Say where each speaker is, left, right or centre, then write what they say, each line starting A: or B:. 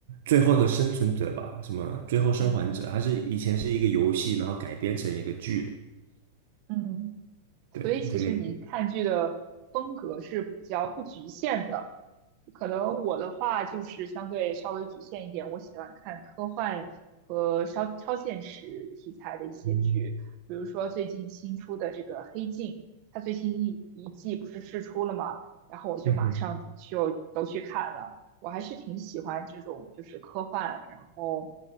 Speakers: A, on the right (about 70°); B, on the right (about 50°).
A: 《最后的生存者》吧，什么《最后生还者》，
B: 嗯
A: 它是以前是一个游戏，然后改编成一个剧的。
B: 嗯。
A: 对，
B: 所以其实你看剧的风格是比较不局限的。
A: 这个有，
B: 可能我的话就是相对稍微局限一点，我喜欢看科幻和超超现实题材的一些剧，
A: 嗯
B: 比如说最近新出的这个《黑镜》，它最新一一季不是试出了嘛，然后我就马上就都去看了。
A: 嗯哼。
B: 我还是挺喜欢这种就是科幻，然后